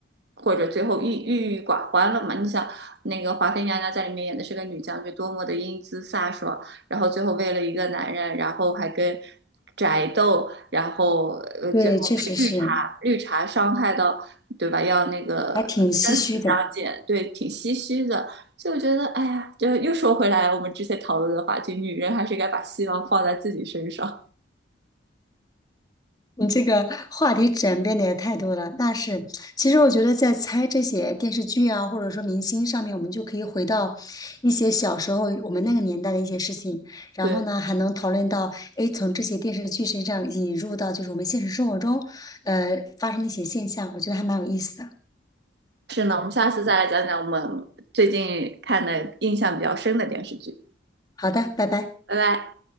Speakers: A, on the right; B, on the left.
A: 或者最后郁郁郁寡欢了嘛？你想，那个华妃娘娘在里面演的是个女将军，多么的英姿飒爽，然后最后为了一个男人，然后还跟宅斗，然后呃最后被绿茶绿茶伤害到，
B: 对，确实是，
A: 对吧？要那个生死相见，
B: 还挺唏嘘的。
A: 对，挺唏嘘的。所以我觉得，哎呀，就又说回来，我们之前讨论的话题，女人还是该把希望放在自己身上。
B: 你这个话题转变的也太多了，那是。其实我觉得，在猜这些电视剧啊，或者说明星上面，我们就可以回到一些小时候我们那个年代的一些事情，然后呢，
A: 对，
B: 还能讨论到，诶，从这些电视剧身上引入到就是我们现实生活中，呃，发生的一些现象，我觉得还蛮有意思的。
A: 是呢，我们下次再来讲讲我们最近看的印象比较深的电视剧。
B: 好的，拜拜。
A: 拜拜。